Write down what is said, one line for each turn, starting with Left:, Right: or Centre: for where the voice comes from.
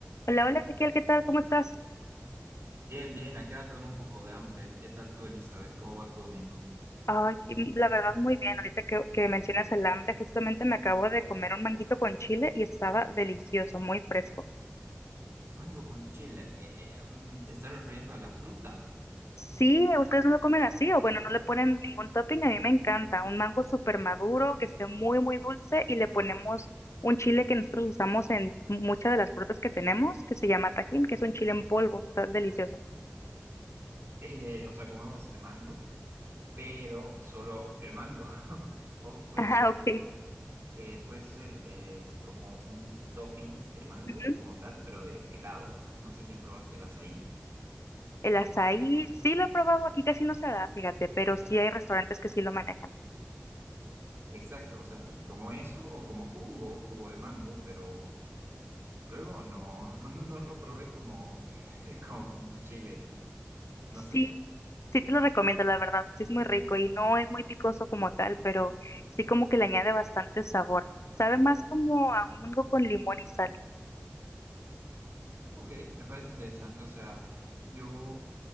Left: Hola, hola Ezequiel, ¿qué tal? ¿Cómo estás?
Right: Bien, bien, acá con un poco de hambre. ¿Qué tal tú, Elizabeth? ¿Cómo va tu domingo?
Left: Ay, que- la verdad muy bien. Ahorita que, que mencionas el hambre, justamente me acabo de comer un manguito con chile y estaba delicioso, muy fresco.
Right: Mango con chile. Eh, eh, eh, mm, ¿te estás refiriendo a la fruta?
Left: Sí, ustedes no lo comen así, o bueno, no le ponen ningún topping, a mí me encanta. Un mango súper maduro, que esté muy, muy dulce y le ponemos un chile que nosotros usamos en muchas de las frutas que tenemos, que se llama Tajín, que es un chile en polvo, está delicioso.
Right: Eh, o sea, comemos el mango, pero solo el mango. <laughs> O puede
Left: <laughs>
Right: ser,
Left: Ah, ok.
Right: eh, puede ser eh, como un topping, el mango
Left: Ujú.
Right: como tal, pero de helado. No sé si probaste el azaí.
Left: El azaí, sí lo he probado, aquí casi no se da, fíjate, pero sí hay restaurantes que sí lo manejan.
Right: Exacto, o sea, como eso o como jugo, jugo de mango, pero luego no, <laughs> no, no lo probé como <laughs> con chile. No sé.
Left: Sí, sí te lo recomiendo, la verdad. Sí es muy rico y no es muy picoso como tal, pero sí como que le añade bastante sabor. Sabe más como a un mango con limón y sal.
Right: Ok, me parece interesante. O sea, yo